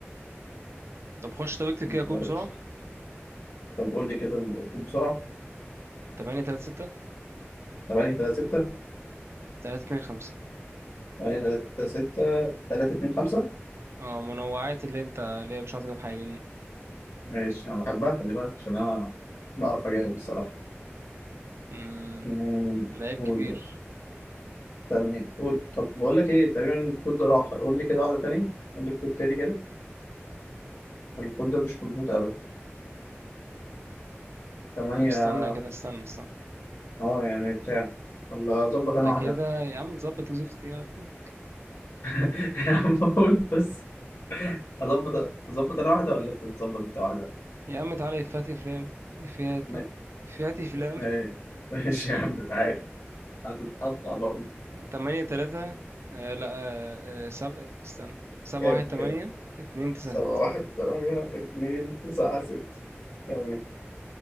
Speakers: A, on the right (about 70°); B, on the left (about 80°).
A: طب خش طب اكتب
B: بتبقى
A: كده كود بسرعة
B: دهش. طب قول لي كده الكود بسرعة
A: 8 3 6
B: 8 3 6
A: 3 2 5
B: 8 3 6 3 2 5
A: اه منوعات اللي انت اللي هي مش عارف تجيب حاجة دي
B: ماشي أنا بحبها خلي بالك عشان أنا بعرف أجاوب الصراحة
A: امم
B: أمم،
A: ده عيب
B: قول
A: كبير
B: طب قول طب بقول لك إيه تقريبا الكود ده راح قول لي كده واحدة تاني قول لي الكود تاني كده الكود ده مش مظبوط أوي 8
A: طب استنى كده استنى استنى
B: أه يعني بتاع ولا أظبط
A: انت
B: أنا واحدة
A: كده يا عم تظبط وزفت يا عم
B: <laughs> يا عم قول بس هظبط هظبط انا واحده ولا انت تظبط انت واحده
A: يا عم تعالى افات افلام افيات
B: ما-
A: اه. افيات افلام
B: ما- ماشي يا عم تعالى هتتقطع برضه
A: 8 3 آه لا آه آه، سب... استنى 7
B: كام
A: 1 8
B: كام
A: 2 9
B: سبعة
A: 6
B: واحد تمانية اتنين تسعة ست تمام